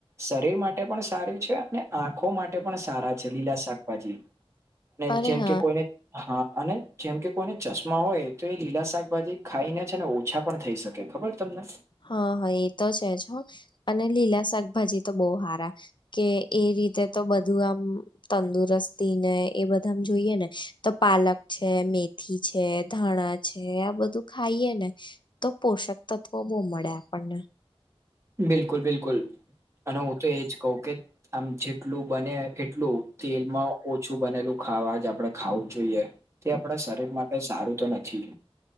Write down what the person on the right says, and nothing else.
શરીર માટે પણ સારું છે અને આંખો માટે પણ સારા છે લીલા શાકભાજી. અને
જેમ
કે કોઈને હા અને જેમ કે કોઈને ચશ માં હોય તો એ લીલા શાકભાજી ખાઈને છે ને ઓછા પણ થઈ શકે ખબર તમને?
બિલકુલ બિલકુલ અને હું તો એજ કહું કે આમ જેટલું બને એટલું તેલમાં ઓછું બનેલું ખાવાજ આપડે ખાવું જોઈએ. તે આપડા શરીર માટે સારું તો નથી.